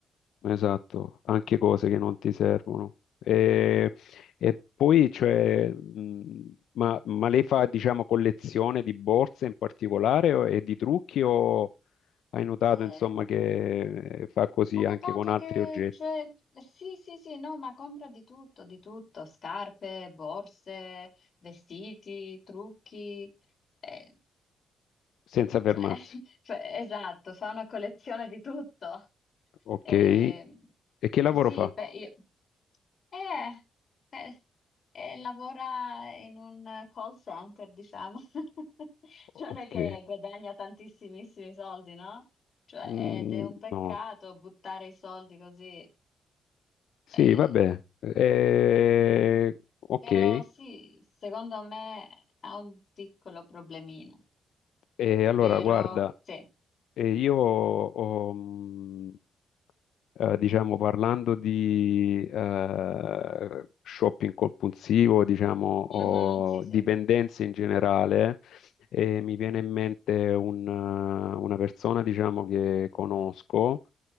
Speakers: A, on the left (about 80°); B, on the left (about 45°).
A: Esatto, anche cose che non ti servono. E, e poi, cioè, mh, ma, ma lei fa, diciamo, collezione di borse in particolare o- e di trucchi o hai notato,
B: Ehm,
A: insomma, che eh, fa così
B: Ho notato
A: anche con altri
B: che,
A: oggetti,
B: cioè, sì, sì, sì, no, ma compra di tutto, di tutto, scarpe, borse, vestiti, trucchi. Eh,
A: senza fermarsi?
B: cioè, <laughs> cioè, esatto, fa una collezione di tutto.
A: Ok.
B: Ehm,
A: E che lavoro
B: sì,
A: fa?
B: pe- io- eh, eh, eh, lavora in un call center, diciamo. <laughs> Cioè,
A: Ok.
B: Non è che guadagna tantissimissimi soldi, no? Cioè,
A: Mm,
B: ed è un peccato
A: no.
B: buttare i soldi così.
A: Sì,
B: Eh,
A: vabbè. Eh, ok.
B: però sì, secondo me ha un piccolo problemino.
A: E allora,
B: Però
A: guarda,
B: sì,
A: eh, io ho, mhmm, eh, diciamo, parlando di eh, shopping compulsivo, diciamo,
B: Mhm,
A: o
B: sì, sì.
A: dipendenze in generale, eh, mi viene in mente un, eh, una persona, diciamo, che conosco,